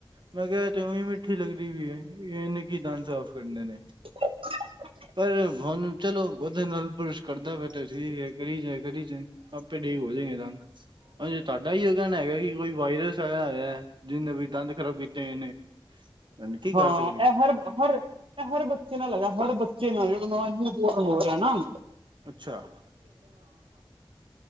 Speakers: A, on the right; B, on the right.
A: ਮੈਂ ਕਿਹਾ ਜਮਾਂ ਹੀ ਮਿੱਠੀ ਲੱਗਦੀ ਪਈ ਹੈ, ਇਹਨੇ ਕੀ ਦੰਦ ਸਾਫ਼ ਕਰਨੇ ਨੇ।
B: ਅ।
A: ਪਰ ਹੁਣ ਚਲੋ, ਉਹਦੇ ਨਾਲ ਬੁਰਸ਼ ਕਰਦਾ ਮੈਂ ਤਾਂ ਠੀਕ ਹੈ, ਕਰੀ ਜਾਏ, ਕਰੀ ਜਾਏ। ਆਪੇ ਠੀਕ ਹੋ ਜੇਂਗੇ ਦਾਂਦ, ਤੁਆਡਾ ਈ <inaudible> ਹੈਗਾ ਕਿ ਕੋਈ ਵਾਇਰਸ ਹੇਗੇ। ਜੀ ਨਵੇਂ ਦਾਂਦ ਖ਼ਰਾਬ ਕੀਤੇ ਹੋਏ ਨੇ, ਤੇ ਹੁਨ ਕੀ ਕਰ
B: ਹਾਂ
A: ਸਕਦੀ
B: ਇਹ
A: ਆ।
B: ਹਰ ਹਰ ਬੱਚੇ ਨਾਲ ਲਗੇ ਹਰ ਬੱਚੇ ਨਾਲ ਜੇ ਬੋਰ ਹੋ ਰਿਏ ਨਾ। <inaudible>
A: ਅੱਛਾ